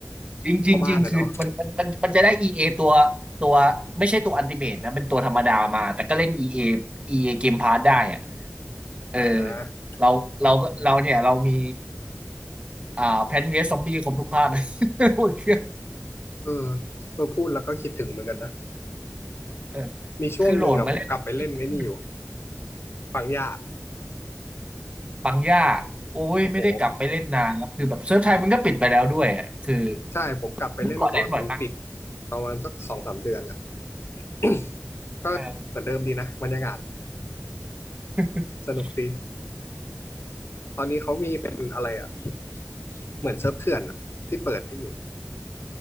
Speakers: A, on the right; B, on the left.
A: จริงจริงจริงคือมันมันมันมันจะได้
B: พ่อบ้านนะเนาะ
A: EA ตัวตัวไม่ใช่ตัวอั t ติเม e นะเป็นตัวธรรมดามาแต่ก็เล่น EA EA เออีเอเกมพาสได้อะเออ
B: อ่า
A: เราเราก็เราเนี่ยเรามีอ่าแพนเวสซอมบี้ครบทุกภาค <laughs> หมดเครื่อง
B: เออเออพูดแล้วก็คิดถึงเหมือนกันนะ
A: เออ
B: มีช่วงหนึ่งอ่ะผมกลับไปเล่นไอ้นี่อยู่
A: คือโหลดมาเล่นแล้วมัน
B: ปังย่า
A: ปังย่าโอ้ยไม่ได้กลับไปเล่นนานแล้วคือแบบเซิร์ฟไทยมันก็ปิดไปแล้วด้วยอ่ะคือ
B: โอ้โหใช่ผมกลับไปเล่นก่อนมันปิด
A: เมื่อก่อนเล่นบ่อยมาก
B: ประมาณสักสองสามเดือนอ่ะ <coughs> ก็เหมือนเดิมดีนะบรรยากาศ
A: เออ <laughs>
B: สนุกดีตอนนี้เขามีเป็นอะไรอ่ะเหมือนเซิร์ฟเถื่อนอ่ะที่เปิดให้อยู่